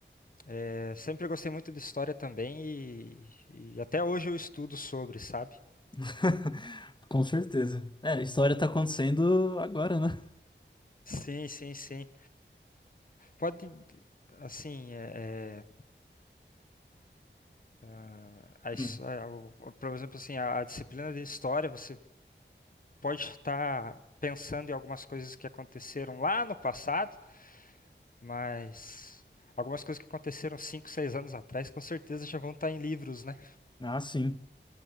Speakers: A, on the left; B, on the left.
A: É, sempre gostei muito de história também e, e até hoje eu estudo sobre, sabe?
B: <laughs> Com certeza. É, a história tá acontecendo agora, né?
A: Sim, sim, sim. Pode assim, é... é, Ah, a his-
B: Hum.
A: ah, o- o- por exemplo, assim, a, a disciplina de história, você pode estar pensando em algumas coisas que aconteceram lá no passado, mas algumas coisas que aconteceram 5 6 anos atrás, com certeza já vão estar em livros, né?
B: Ah, sim,